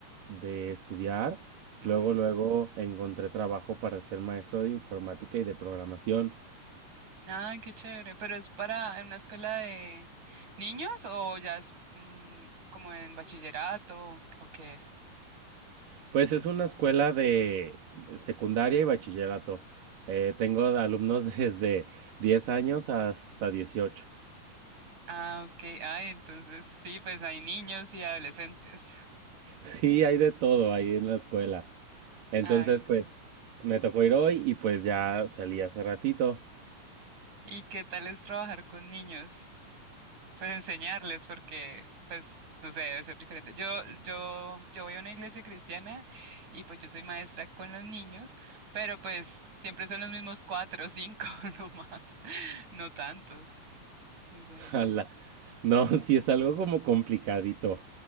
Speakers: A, on the right; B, on the right.
A: de estudiar,
B: Ujú.
A: luego, luego encontré trabajo para ser maestro de informática y de programación.
B: Ay, qué chévere. ¿Pero es para en una escuela de niños o ya es mm, como en bachillerato o qué es?
A: Pues es una escuela de secundaria y bachillerato. Eh, tengo alumnos <laughs> desde 10 años hasta 18.
B: Ah, ok. Ay, entonces sí, pues hay niños y adolescentes. <laughs>
A: Sí, hay de todo ahí en la escuela. Entonces,
B: Ah, qué
A: pues
B: chévere.
A: me tocó ir hoy y pues ya salí hace ratito.
B: ¿Y qué tal es trabajar con niños? Pues enseñarles, porque, pues, no sé, debe ser diferente. Yo, yo, yo voy a una iglesia cristiana y pues yo soy maestra con los niños, pero pues siempre son los mismos cuatro o cinco, <laughs> no más, no tantos, no son muchos.
A: Ala. No, <laughs> sí es algo como complicadito,